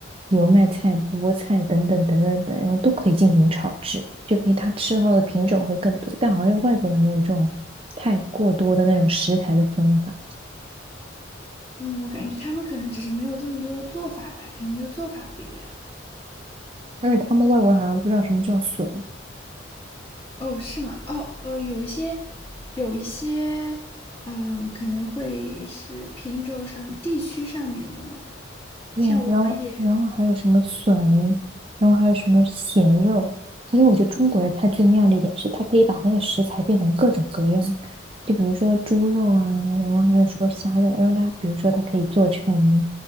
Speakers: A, on the right; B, on the left.
A: 油麦菜、菠菜等等等等等，然后都可以进行炒制，就可以它吃到的品种会更多。但好像外国人没有这种太过多的那种食材的分法，
B: 嗯，我感觉他们可能只是没有这么多的做法吧，可能就做法不一样。
A: 而且他们外国人好像不知道什么叫笋。
B: 哦，是吗？哦，哦，有一些，有一些，嗯，可能会是品种上、地区上面的嘛。
A: 对呀、
B: 像我们也
A: 然后然后还有什么笋，然后还有什么咸肉，而且我觉得中国的菜最妙的一点是，它可以把那个食材变成各种各样，就比如说猪肉啊，然后还有说虾肉，然后它比如说它可以做成，